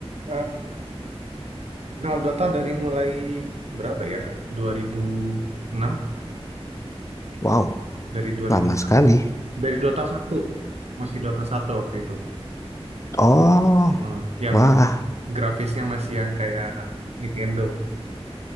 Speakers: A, on the right (about 80°); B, on the left (about 30°).
A: Eh, Kalau Dota dari mulai berapa ya? 2006
B: Wow,
A: dari dua
B: lama
A: ribu
B: sekali.
A: dari Dota satu masih Dota satu waktu itu
B: Oh,
A: Heeh. yang
B: wah,
A: grafisnya masih yang kayak Nintendo